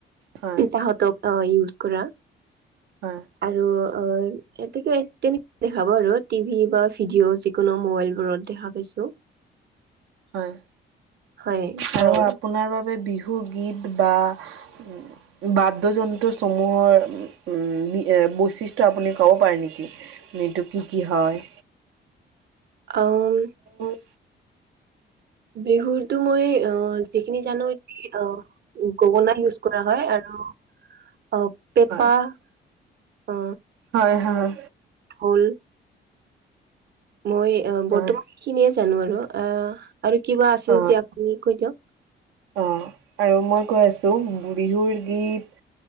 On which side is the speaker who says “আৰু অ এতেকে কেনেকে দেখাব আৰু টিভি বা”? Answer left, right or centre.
Right